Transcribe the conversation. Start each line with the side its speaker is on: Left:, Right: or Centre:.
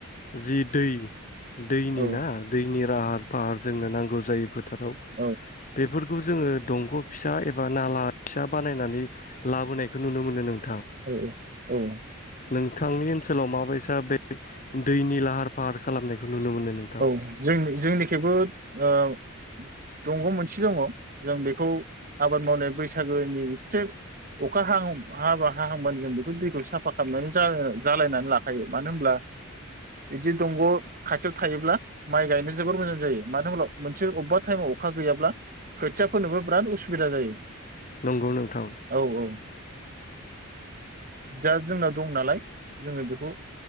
Left: जि दै दैनि
Right: औ
Left: ना दैनिया राहार फाहार जोंनो नांगौ जायो फो फोथाराव
Right: औ
Left: बेफोरखौ ज दंग फिसा एबा नाला फिसा बानायनानै लाबोनायखौ नुनो मोनो नों
Right: औ औ औ।
Left: नोंथांनि ओनसोलाव माबाय सा बे दैनि लाहार फाहार खालामनायखौ नुनो मोनो नोंथां
Right: औ जोंनि-जोंनिखिबो ओ दंग‌मोनसे दंङ जों बेखौ आबाद मावनाय बैसागोनि एसे अखा हा-हाबा हाहांबानो जों बेखौ दैखौ साफा खामनानै जालाय-जालायनानै लाखायो मानो होनब्ला बिदि दंग‌ खाथियाव थायोब्ला माइ गायनो जोबोर मोजां जायो मानो होनब्ला मोनसे अबेबा टाइमाव अखा गैयाब्ला खोथिया फोनोबो बिराद उसुबिदा जायो।
Left: नंगौ नोंथां।
Right: औ औ दा जोंनाव दं नालाय जोंङो बेखौ